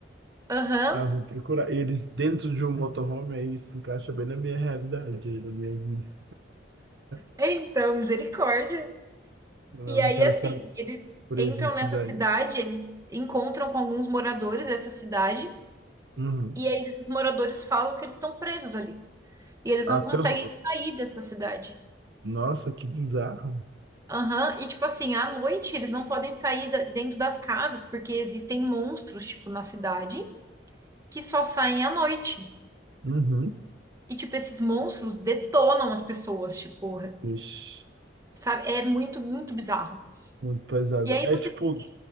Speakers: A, on the right; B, on the right.
A: Aham,
B: Ah, vou procurar. Eles dentro de um motorhome, aí se encaixa bem na minha realidade, na minha vida. <laughs>
A: Então, misericórdia.
B: Eu
A: E aí,
B: não quero
A: assim,
B: ficar
A: eles
B: preso
A: entram
B: em cidade.
A: nessa cidade, eles encontram com alguns moradores dessa cidade,
B: Uhum.
A: e aí esses moradores falam que eles estão presos ali. E eles
B: Até
A: não conseguem
B: os...
A: sair dessa cidade.
B: Nossa, que bizarro.
A: Aham, E tipo assim, à noite eles não podem sair da- dentro das casas, porque existem monstros, tipo, na cidade, que só saem à noite.
B: Uhum.
A: E, tipo, esses monstros detonam as pessoas, tipo,
B: Ixi,
A: sabe? É muito, muito bizarro.
B: muito pesado.
A: E aí
B: É
A: você
B: tipo
A: fica.